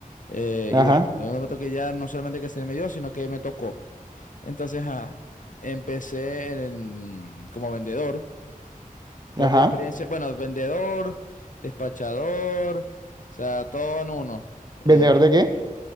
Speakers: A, on the left (about 60°); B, on the right (about 30°).
A: Eh,
B: ajá,
A: y bueno, de momento que ya no solamente que se me dio, sino que me tocó. Entonces, ajá, empecé en- como vendedor. Fue
B: ajá.
A: mi primera experiencia, bueno, vendedor, despachador, o sea, todo en uno. Eh,
B: ¿Vendedor de qué?